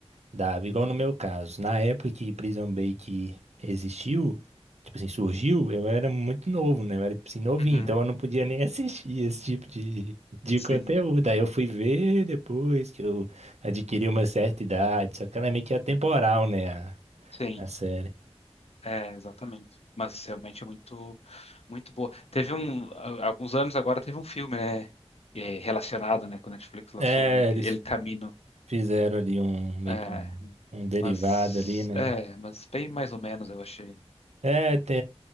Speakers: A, on the right (about 85°); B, on the left (about 70°).
A: Dava, igual no meu caso. Na época que Prison Break existiu, tipo assim, surgiu, eu era muito novo, né? Eu era, tipo assim, novinho,
B: Uhum,
A: então eu não podia nem <laughs> assistir esse tipo de, de
B: sim,
A: conteúdo. Aí eu fui ver depois que eu adquiri uma certa idade, só que ela é meio que atemporal, né? A,
B: sim,
A: a série.
B: é, exatamente. Mas realmente é muito, muito boa. Teve um, a- alguns anos agora teve um filme, né, é, relacionado, né, com a Netflix lançou
A: É,
B: El,
A: eles
B: El Camino.
A: fizeram ali um, meio
B: É,
A: que um, um derivado
B: mas
A: ali, né?
B: é, mas bem mais ou menos eu achei.
A: É, te-